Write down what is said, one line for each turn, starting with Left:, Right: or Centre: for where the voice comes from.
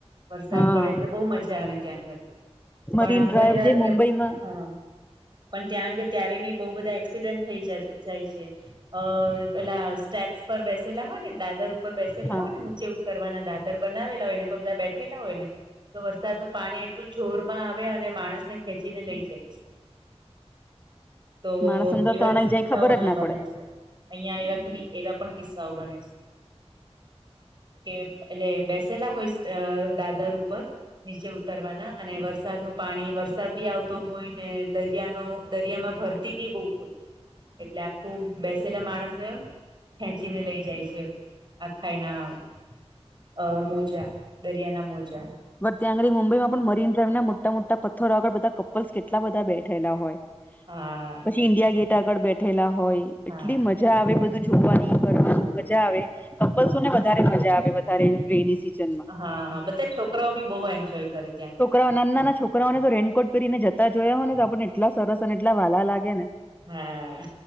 Right: વરસાદ
Left: હા
Right: પડે એટલે બહુ મજા આવે ત્યાં આગળ
Left: મરીન
Right: પણ
Left: ડ્રાઈવ
Right: ઘણી વાર
Left: જે મુંબઈમાં
Right: એમ હા. પણ ત્યાં અગે ત્યારે બી બહુ બધા એક્સિડન્ટ થઈ જ જાય છે અ. પેલા સ્ટેપ્સ પર બેસેલા હોય ને દાદર ઉપર બેસેલા
Left: હા
Right: હોય ને નીચે ઉતરવાના દાદર બનાવેલા હોય ને બધા બેઠેલા હોય ને. તો વરસાદ નું પાણી એટલું જોરમાં આવે અને માણસને ખેંચીને લઈ જાય છે. તો
Left: માણસ અંદર
Right: એવા
Left: તણાઈ
Right: બી કિસ્સાઓ
Left: જાય ખબર
Right: અહિયાં
Left: જ ના પડે
Right: બને છે. અહિયાં એવા કે બી એવા પણ કિસ્સાઓ બને છે કે એટલે બે પેલા હોય સ ટ દાદર ઉપર. નીચે ઉતરવાના અને વરસાદનું પાણી વરસાદ બી આવતો હોય ને દરિયાનો દરિયામાં ભરતી બી બહુ હોય એટલે આખું બેસેલા માણસને ખેંચીને લઈ જાય છે આખા એના મોજા. દરિયાના મોજા.
Left: બટ ત્યાં આંગળી મુંબઇમાં પણ મરીન ડ્રાઈવ ના મોટા મોટા પથ્થર આગળ બધા કપલ્સ કેટલા બધા બેઠેલા હોયમળે.
Right: હા.
Left: થી ઈન્ડિયા ગેટ આગળ બેઠેલા હોય
Right: હા
Left: એટલી મજા આવે બધું જોવાની કરવાની
Right: હમ
Left: મજા આવે. કપલ્સો ને વધારે મજા આવે વધારે રેની સીઝન
Right: હા હા બધા છોકરાઓ બી બહુ એન્જોય કરે ત્યાં આંગડી.
Left: તો નાના નાના છોકરાઓને તો રેનકોટ પહેરીને જતા જોયા હોય ને તો આપણને એટલા સરસ અને એટલા વાલા લાગે ને.
Right: હા